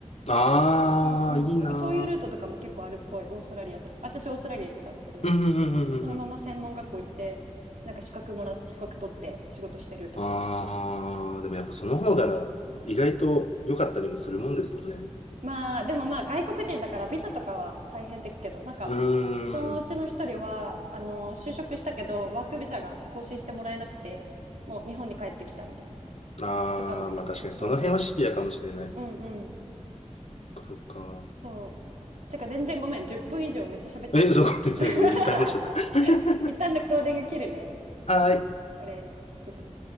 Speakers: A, on the left; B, on the right.
A: ああ、
B: うんうん、
A: いいな
B: なんかそういうルートとかも結構あるっぽいオーストラリアとか私オーストラリア行ってたんだけど
A: ー。うんうんうんうんうん。
B: そのまま専門学校行ってなんか資格もら資格取って仕事してるとか
A: ああ、でもやっぱその方が意外と良かったりもするもんですもんね。
B: まあでもまあ外国人だからビザとかは大変だけどなんかそのうちの一人はあの就職したけどワークビザが更新してもらえなくてもう日本に帰ってきたみたいな
A: うーん。ああ、
B: 子とかもいるそうそ
A: まあ確かにその辺はシビアかもしれない。
B: ううんうん
A: そっか。
B: そうだから全然ごめん10分以上めっちゃ喋っちゃってたわ
A: え、そうごめんなさい。
B: <laughs>
A: <laughs> いっぱい話しちゃった。<laughs>
B: 一旦のコーディング切るね
A: はーい。
B: これどこだ